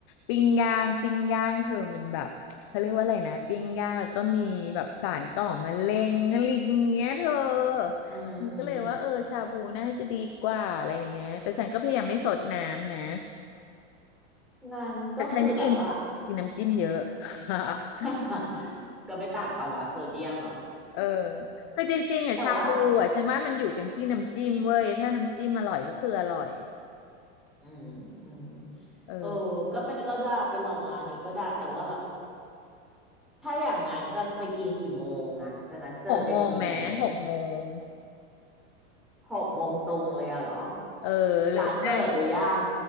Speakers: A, on the left; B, in the centre.
A: ปิ้งย่างปิ้งย่างเธอมันแบบเขาเรียกว่าอะไรนะปิ้งย่างแล้วก็มีแบบสารก่อมะเร็งอะไรอย่างเงี้ยเธอ
B: อืมอืม
A: ฉันก็เลยว่าเออชาบูน่าจะดีกว่าอะไรอย่างเงี้ยแต่ฉันก็พยายามไม่สดน้ำนะ
B: งานก็คือแบบว่า
A: แต่ฉันกินกินน้ำจิ้มเยอะ <laughs>
B: <laughs> ก็ไม่ต่างปะวะโซเดียมอ่ะ
A: เออคือจริงๆอ่ะชาบูอ่ะฉันว่ามันอยู่กันที่น้ำจิ้มเว้ยถ้าน้ำจิ้มอร่อยก็คืออร่อย
B: <laughs> แต่ว่าอืมอืม
A: เออ
B: เออก็เป็นก็ได้ไปลองร้านนี้ก็ได้แต่ว่าแบบ ถ้าอย่างนั้นจะไปกินกี่โมงอะจะนัดเจอกันกี่โมง
A: หกโมงแม้หกโมง
B: หกโมงตรงเลยอะเหรอ
A: เออหรืออ่ะ
B: ร้านเปิดหรือยัง